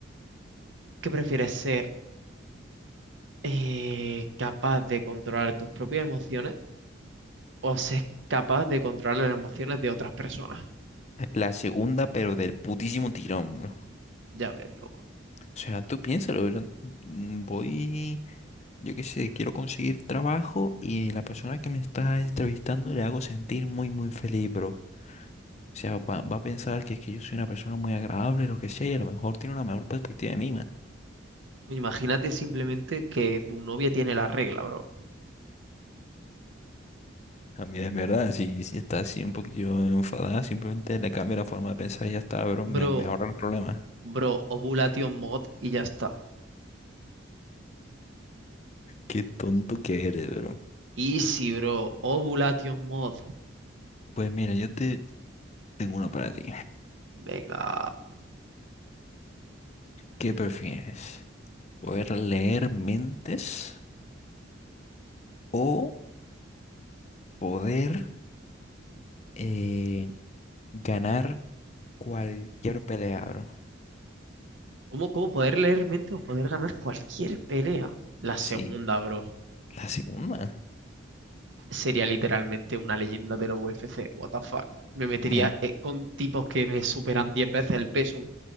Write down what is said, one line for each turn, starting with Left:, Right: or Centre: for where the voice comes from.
Right: ¿qué prefieres ser eh, capaz de controlar tus propias emociones o ser capaz de controlar las emociones de otras personas?
Left: La segunda, pero del putísimo tirón, bro.
Right: Ya ves, loco.
Left: O sea, tú piénsalo, bro. Mm, Voy, yo qué sé, quiero conseguir trabajo y la persona que me está entrevistando le hago sentir muy, muy feliz, bro. O sea, va, va a pensar que es que yo soy una persona muy agradable, lo que sea, y a lo mejor tiene una mejor perspectiva de mí, man.
Right: Imagínate simplemente que tu novia tiene la regla, bro.
Left: A mí, de verdad, si, si está así un poquillo enfadada, simplemente le cambio la forma de pensar y ya está, bro. Me,
Right: Bro,
Left: me ahorra el problema.
Right: bro, ovulation mod y ya está.
Left: Qué tonto que eres, bro.
Right: Easy, bro. Ovulation mod.
Left: Pues mira, yo te tengo una para ti.
Right: Venga.
Left: ¿Qué prefieres? ¿Poder leer mentes o poder eh, ganar cualquier pelea, bro?
Right: ¿Cómo, cómo poder leer mente o poder ganar cualquier pelea? La segunda,
Left: Sí,
Right: bro,
Left: la segunda.
Right: sería literalmente una leyenda de la UFC. What the fuck. Me metería
Left: Me...
Right: eh, con tipos que me superan 10 veces el peso